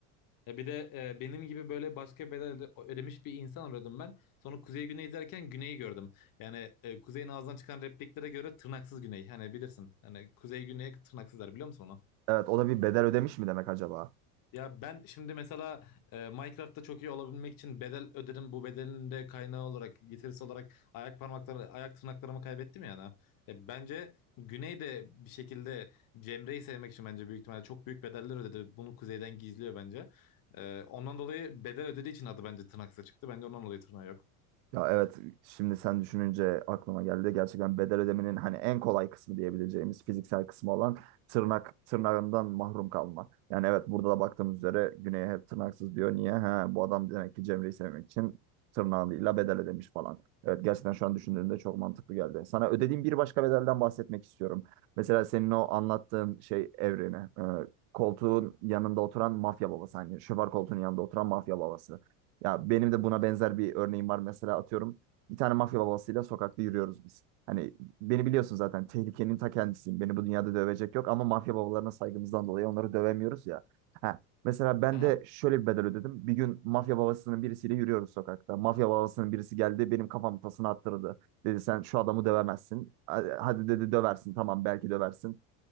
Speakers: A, on the left; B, on the right.
A: Ya bir de e, benim gibi böyle başka bedel öde- ödemiş bir insan arıyordum ben. Sonra Kuzey Güney izlerken Güney'i gördüm. Yani e, Kuzey'in ağzından çıkan repliklere göre tırnaksız Güney. Hani bilirsin. Hani Kuzey Güney tırnaksızlar biliyor musun onu?
B: Evet, o da bir bedel ödemiş mi demek acaba?
A: Ya ben şimdi mesela e, Minecraft'ta çok iyi olabilmek için bedel ödedim. Bu bedelin de kaynağı olarak, getirisi olarak ayak parmakları, ayak tırnaklarımı kaybettim yani. E, bence Güney de bir şekilde Cemre'yi sevmek için bence büyük ihtimalle çok büyük bedeller ödedi. Bunu Kuzey'den gizliyor bence. E, ondan dolayı bedel ödediği için adı bence tırnaksa çıktı. Bence ondan dolayı tırnağı yok.
B: Ya evet şimdi sen düşününce aklıma geldi. Gerçekten bedel ödemenin hani en kolay kısmı diyebileceğimiz fiziksel kısmı olan tırnak tırnağından mahrum kalma. Yani evet burada da baktığımız üzere Güney'e hep tırnaksız diyor. Niye? Ha, bu adam demek ki Cemre'yi sevmek için tırnağıyla bedel ödemiş falan. Evet gerçekten şu an düşündüğümde çok mantıklı geldi. Sana ödediğim bir başka bedelden bahsetmek istiyorum. Mesela senin o anlattığın şey evreni. e, koltuğun yanında oturan mafya babası. Hani şoför koltuğunun yanında oturan mafya babası. Ya benim de buna benzer bir örneğim var. Mesela atıyorum bir tane mafya babasıyla sokakta yürüyoruz biz. Hani beni biliyorsun zaten tehlikenin ta kendisiyim. Beni bu dünyada dövecek yok ama mafya babalarına saygımızdan dolayı onları dövemiyoruz ya. Ha, mesela ben
A: Aha.
B: de şöyle bir bedel ödedim. Bir gün mafya babasının birisiyle yürüyoruz sokakta. Mafya babasının birisi geldi benim kafamı tasına attırdı. Dedi sen şu adamı dövemezsin. Hadi hadi dedi döversin tamam belki döversin.